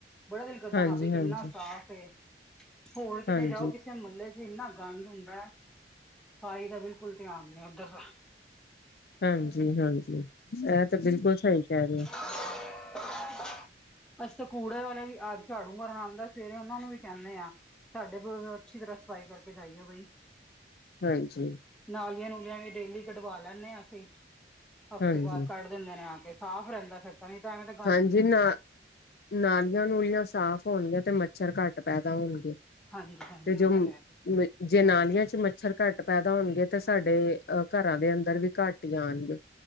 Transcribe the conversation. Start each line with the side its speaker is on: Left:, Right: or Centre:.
Centre: ਬੜਾ ਦਿਲ ਕਰਦਾ
Left: ਹਾਂਜੀ
Centre: ਹਾਂ ਬ
Left: ਹਾਂਜੀ
Centre: ਇੰਨਾ ਸਾਫ਼ ਏ, ਹੋਰ
Left: ਹਾਂਜੀ
Centre: ਕਿਤੇ ਜਾਓ ਕਿਸ, ਮੁਹੱਲੇ ਚ ਇੰਨਾ ਗੰਡ ਹੁੰਦਾ ਸਫਾਈ ਦਾ ਬਿਲਕੁਲ ਧਿਆਨ ਨਹੀਂ ਉੱਧਰ ਦਾ,
Left: ਹਾਂਜੀ ਹਾਂਜੀ ਇਹ ਤੇ ਬਿਲਕੁਲ ਸਹੀ ਕਹਿ ਰਿਹੇ ਔ
Centre: <unintelligible> ਅਸੀ ਤਾਂ ਕੂੜੇ ਵਾਲੇ ਵੀ ਅੱਜ ਝਾੜੂ ਕਰਨਰ ਆਉਂਦਾ ਸਵੇਰੇ ਉਹਨਾਂ ਨੂੰ ਵੀ ਕਹਿੰਦੇ ਆ, ਸਾਡੇ ਬੂਹੇ ਅਗੋ ਅੱਛੀ ਤਰ੍ਹਾਂ ਸਫ਼ਾਈ ਕਰਕੇ ਜਾਈਓ ਬਈ,
Left: ਹਾਂਜੀ
Centre: ਨਾਲੀਆਂ ਨੂਲੀਆਂ ਵੀ ਡੇਲੀ ਕਢਵਾ ਲੈਂਣੇ ਆਂ ਅਸੀਂ ਹਫ਼ਤੇ
Left: ਹਾਂਜੀ
Centre: ਬਾਦ। ਦਿੰਦੇ ਨੇ ਆ ਕੇ ਸਾਫ਼ ਰੈੰਦਾ ਐ ਫਿਰ। ਤਾਂਈ ਤਾਂ ਐਵੇਂ ਤੇ
Left: ਹਾਂਜੀ, ਨਾ ਨਾਲੀਆਂ-ਨੂਲੀਆਂ ਸਾਫ਼ ਹੋਣਗੀਆਂ ਤੇ ਮੱਛਰ ਘੱਟ ਪੈਦਾ ਹੋਣਗੇ।
Centre: ਹਾਂਜੀ ਹਾਂਜੀ
Left: ਤੇ ਜੋ
Centre: ਉਹ ਤਾਂ ਹੈ ਜੀ
Left: ਵੇ ਜੇ ਨਾਲੀਆਂ ਚ ਮੱਛਰ ਘੱਟ ਪੈਦਾ ਹੋਣਗੇ ਤੇ ਸਾਡੇ ਅ ਘਰਾਂ ਦੇ ਅੰਦਰ ਵੀ ਘੱਟ ਹੀ ਆਣਗੇ।